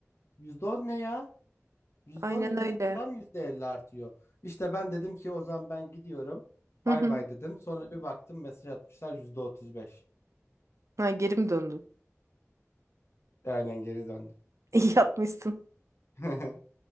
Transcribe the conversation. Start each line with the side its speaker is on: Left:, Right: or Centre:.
Left: Yüzde on ne ya? Yüzde
Right: Aynen
Left: on ne benim
Right: öyle.
Left: kiram %50 artıyor. İşte ben dedim ki o zaman ben gidiyorum.
Right: Hı
Left: Bay
Right: hı.
Left: bay dedim. Sonra bir baktım mesaj atmışlar %35.
Right: Ha, geri mi döndün?
Left: Aynen geri döndüm.
Right: <laughs> İyi yapmışsın.
Left: <laughs>